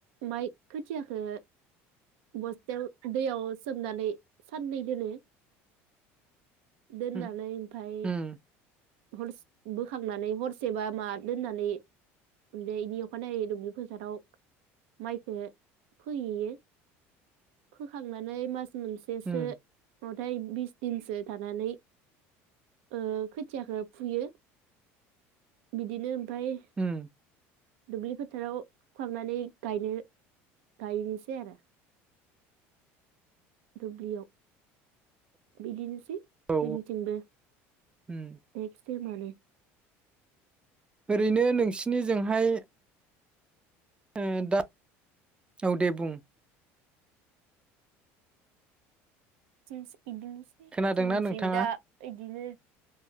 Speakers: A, on the right; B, on the right.
A: माइ खोथियाखो बस्थाय, दैआव सोमनानै साननै दोनो <inaudible> दोननानै
B: उम
A: फाय
B: उम
A: हरसे बोखांनानै हरसेबा मा दोननानै बेनि अखानायै दुब्लि फोथाराव माइ फोयो फोहैयो फोखांनानै मास मोनसेसो
B: उम
A: अथाय बिस दिनसो थानानै ओ खोथियाखौ फुयो बिदिनो फाय
B: उम
A: दुब्लि फोथाराव थांनानै गायनो गायनोसै आरो दुब्लियाव बिदिनो
B: औ
A: जोंनिथिंबो
B: उम
A: एक सेमानो
B: ओरैनो नोंसिनिजोंहाय ओ दा औ दे बुं
A: जोंसो बिदिनोसै
B: खोनादोंना
A: जोंनि
B: नोंथाङा
A: थि दा बिदिनो